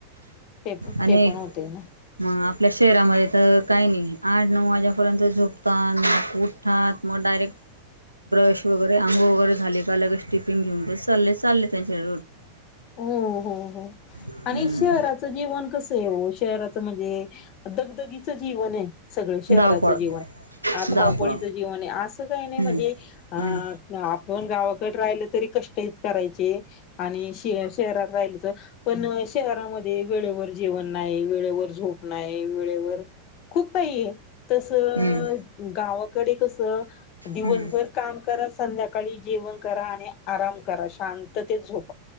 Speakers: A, on the left; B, on the right.
A: ते प
B: आणि
A: ते पण होतय ना.
B: मग आपल्या शहरामध्ये तर काही नाही आठ नऊ वाजेपर्यंत झोपतात, मग उठतात मग डायरेक्ट ब्रश वगैरे अंघोळ वगैरे झाले का लगेच टिफिन घेऊन चा चालले त्यांच्याडे
A: हो हो हो
B: हम्म
A: आणि शहराचं जीवन कसं शहराचं म्हणजे दगदगीच जीवन आहे सगळं शहराचं
B: धावपळ
A: जीवन. धावपळीचं
B: धावपळ
A: जीवन आहे असं काही नाही
B: हम्म
A: म्हणजे अं
B: हम्म
A: आपण गावाकड राहिलं तरी कष्टयच करायचे, आणि शहरात राहिलेच पण शहरामध्ये वेळेवर जेवण नाही, वेळेवर झोप नाही वेळेवर खूप काही आहे तसं
B: हम्म
A: गावाकडे कसं दिवसभर
B: हम्म
A: काम कराचं संध्याकाळी जेवण करा आणि आराम करा शांततेत झोप